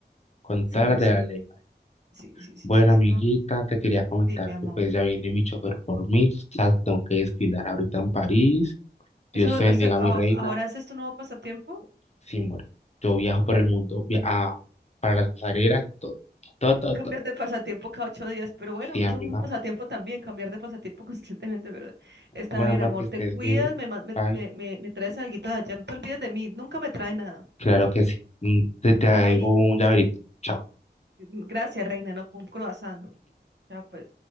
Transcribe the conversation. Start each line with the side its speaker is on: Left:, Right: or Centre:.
Left: Con
Right: se
Left: todas
Right: emociona.
Left: las de la ley, marica.
Right: Sí, sí, sí,
Left: Bueno,
Right: sí, sí,
Left: amiguita,
Right: no,
Left: te quería comentar
Right: sí, mi amor.
Left: que pues ya viene mi chofer por mí. Sabes que tengo que desfilar ahorita en París. Dios
Right: Eso,
Left: te
Right: o
Left: bendiga,
Right: sea, a-
Left: mi reina.
Right: ahora ese es tu nuevo pasatiempo.
Left: Sí, bueno, yo viajo por
Right: bueno
Left: el mundo, via- ah, para las pasarelas y todo. Todo, todo, todo.
Right: Cambias de pasatiempo cada ocho días, pero bueno,
Left: Sí, amiga.
Right: eso es un pasatiempo también, cambiar de pasatiempo <laughs> constantemente, pero está
Left: Bueno,
Right: bien,
Left: amor,
Right: amor,
Left: que estés
Right: te cuidas,
Left: bien.
Right: me, man- me,
Left: Bye.
Right: me, me, me traes algo de allá, no te olvides de mí, nunca me trae nada.
Left: Claro que sí. Mm, Te traigo
Right: Bye.
Left: un llaverito. Chao.
Right: Gracias, reina, no, por un croissant. Ya pues.